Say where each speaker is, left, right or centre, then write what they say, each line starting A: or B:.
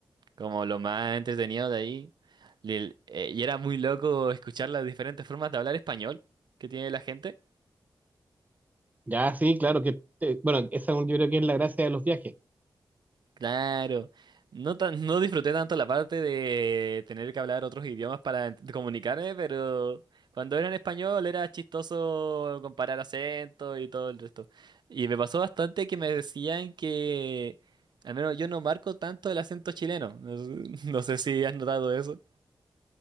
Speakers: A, on the right (about 65°); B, on the right (about 20°).
A: como lo más entretenido de ahí. Y, el- eh, y era muy loco escuchar las diferentes formas de hablar español que tiene la gente.
B: Ya, sí, claro que, eh, bueno, esa es un- yo creo que es la gracia de los viajes
A: Claro. No tan, no disfruté tanto la parte de tener que hablar otros idiomas para ent- comunicarme, pero cuando era en español era chistoso comparar acentos y todo el resto. Y me pasó bastante que me decían que al menos yo no marco tanto el acento chileno. No, sé <laughs> no sé si has notado eso.